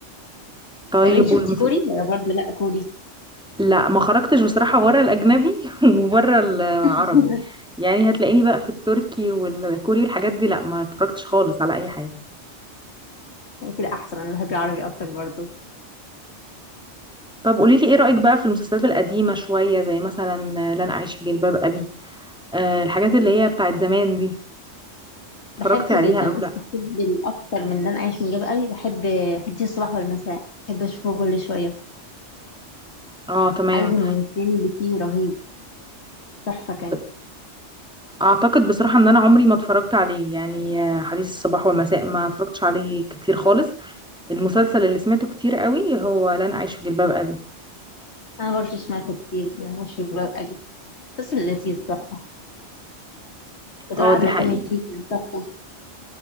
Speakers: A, in the centre; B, on the left.
A: طيب
B: طيب انت شفتي
A: والمسل...
B: كوري ولا برضه لا كوري
A: لا ما خرجتش بصراحة بره الاجنبي <laughs> وبره العربي
B: <laughs>
A: يعني هتلاقيني بقى في التركي والكوري والحاجات دي لا ما اتفرجتش خالص على اي حاجة
B: كده احسن انا بحب العربي اكتر برضه
A: طب قولي لي ايه رأيك بقى في المسلسلات القديمة شوية زي مثلا لن أعيش في جلباب أبي آه الحاجات اللي هي بتاعت زمان دي اتفرجتي
B: بحبه
A: عليها
B: جدا
A: أو لأ
B: بس بحب الاكتر من اللي انا عايش من جنب قوي بحب حديث الصباح والمساء بحب اشوفه كل شويه
A: اه تمام
B: عدد الممثلين اللي فيه رهيب تحفه كان
A: ب- اعتقد بصراحة ان انا عمري ما اتفرجت عليه يعني آه، حديث الصباح والمساء ما اتفرجتش عليه كتير خالص المسلسل اللي سمعته كتير قوي هو لن أعيش في جلباب أبي
B: انا برضه سمعت كتير مش قوي بس لذيذ تحفه بتقول
A: اه
B: عبلة
A: دي حقيقة
B: كامل فيه كان تحفه